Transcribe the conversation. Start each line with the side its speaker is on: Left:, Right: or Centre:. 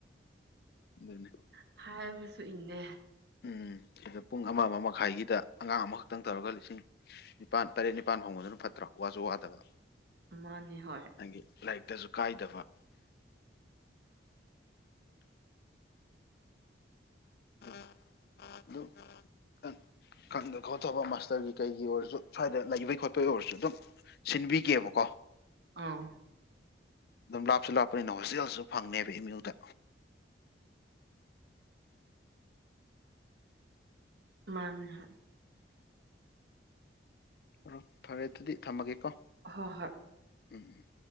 Left: ꯑꯗꯨꯅꯤ
Right: ꯍꯥꯏꯕꯁꯨ ꯏꯟꯅꯦ
Left: ꯎꯝ ꯁꯤꯗ ꯄꯨꯡ ꯑꯃ ꯑꯃ ꯃꯈꯥꯏꯒꯤꯗ ꯑꯉꯥꯡ ꯑꯃꯈꯛꯇꯪ ꯇꯧꯔꯒ ꯂꯤꯁꯤꯡ ꯅꯤꯄꯥꯥꯟ ꯇꯔꯦꯠ ꯅꯤꯄꯥꯜ ꯐꯣꯡꯕꯗꯨꯅ ꯐꯠꯇ꯭ꯔꯣ ꯋꯥꯁꯨ ꯋꯥꯗꯕ
Right: ꯃꯥꯅꯦ ꯍꯣꯏ
Left: ꯅꯪꯒꯤ ꯂꯥꯏꯔꯤꯛꯇꯁꯨ ꯀꯥꯏꯗꯕ <inaudible> ꯈꯪꯗ ꯈꯣꯠꯇꯕ ꯃꯥꯁꯇꯔꯒꯤ ꯀꯩꯒꯤ ꯑꯣꯏꯔꯁꯨ ꯁ꯭ꯋꯥꯏꯗ ꯂꯩꯕꯩ ꯈꯣꯠꯄꯩ ꯑꯣꯏꯔꯁꯨ ꯑꯗꯨꯝ ꯁꯤꯟꯕꯤꯒꯦꯕꯀꯣ
Right: ꯑꯥ
Left: ꯑꯗꯨꯝ ꯂꯥꯞꯁꯨ ꯂꯥꯞꯄꯅꯤꯅ ꯍꯣꯁꯇꯦꯜꯁꯨ ꯐꯪꯅꯦꯕ ꯑꯝ ꯎ ꯗ
Right: ꯃꯥꯅꯦ ꯍ
Left: ꯑꯣ ꯐꯔꯦ ꯑꯗꯨꯗꯤ ꯊꯝꯃꯒꯦꯀꯣ
Right: ꯍꯣꯏ ꯍꯣꯏ
Left: ꯎꯝ